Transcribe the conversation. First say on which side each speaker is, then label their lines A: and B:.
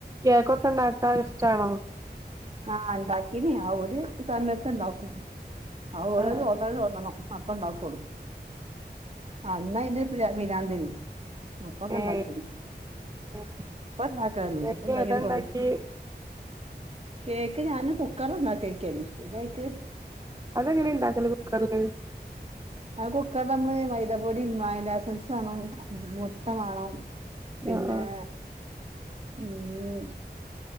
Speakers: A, on the right; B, on the right.
A: കേക്കൊക്കെണ്ടാക്കാൻ ഇഷ്ടാണോ?
B: ആഹ് ഇണ്ടാക്കീനി ആ ഒരു സമയത്ത്ണ്ടാക്കും ആഹ് ഓരോ
A: ആ
B: തോന്നല് തോന്നണം. അപ്പണ്ടാക്കുള്ളൂ അന്നയ്ന്റെ പിരാ പിരാന്തയ്നി അപ്പൊക്കെ
A: ഏ
B: ഇണ്ടാക്കീന്
A: ഏ
B: ഇപ്പ ഇണ്ടാക്കലൊന്നുല്ല
A: കേക്ക്
B: ഇപ്പൊ ഇണ്ടാക്കീട്ട്
A: ഏതാ ഇണ്ടാക്കി
B: കൊറെ കേക്ക് ഞാന് കുക്കറ് <unintelligible> ഇതേക്ക്
A: അതെങ്ങനെ ഇണ്ടാക്കല് കുക്കറില്?
B: അത് കുക്കറില് നമ്മള് മൈതപൊടി, വാനില എസൻസ് വാണം, മുട്ട മാണം പിന്നെ
A: ആഹ്
B: ഉം